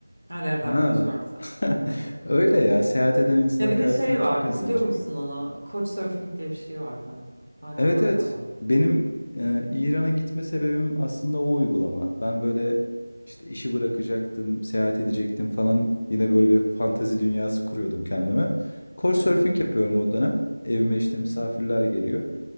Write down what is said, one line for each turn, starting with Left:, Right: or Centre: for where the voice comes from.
Right: Her yerde
Left: Ha.
Right: arkadaşı vardı zaten.
Left: <laughs>
Right: Evet.
Left: Öyle ya. Seyahat eden insanın
Right: Ya bir
Left: karşısına
Right: de şey var
Left: çok insan
Right: biliyor
Left: çıkıyor.
Right: musun onu? Couchsurfing diye bir şey vardı. Hala
Left: Evet
Right: var
Left: evet.
Right: galiba.
Left: Benim e, İran'a gitme sebebim aslında o uygulama. Ben böyle işte işi bırakacaktım, seyahat edecektim falan. Yine böyle bir fantezi dünyası kuruyordum kendime. Couchsurfing
Right: Aha.
Left: yapıyorum o dönem. Evime işte misafirler
Right: Hı
Left: geliyor.